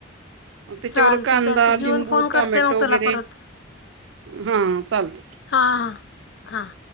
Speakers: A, on the right (about 75°); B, on the left (about 65°).
A: त्याच्या
B: चालते
A: वर कांदा,
B: चालते जीवन
A: लिंबू,
B: फोन
A: टोमॅटो
B: करते मग तुला
A: वगैरे
B: परत
A: हा चालते.
B: हा हा हा